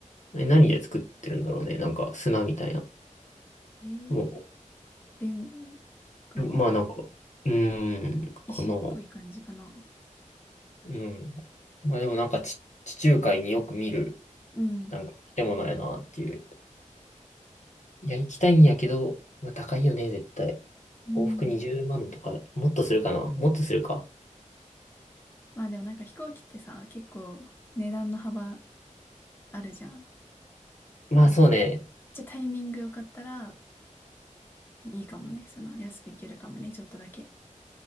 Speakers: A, on the left; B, on the left.
A: う。え、何で作ってるんだろうね。なんか砂みたいな。
B: えー
A: も
B: レンガ
A: う、まあなんか、うーん、
B: 石っぽい感じかな。
A: かな。うん。まあでもなんかち地中海によく見る、
B: うん。
A: なんか建物やなっていう。いや、行きたいんやけど、まあ高いよね、絶対。
B: うん。
A: 往復20万とか、もっとするかなもっとするか。
B: まあでもなんか飛行機ってさ、結構値段の幅あるじゃん。だから、
A: まあそうね。
B: めっちゃタイミングよかったらいいかもね。その安くいけるかもね、ちょっとだけ。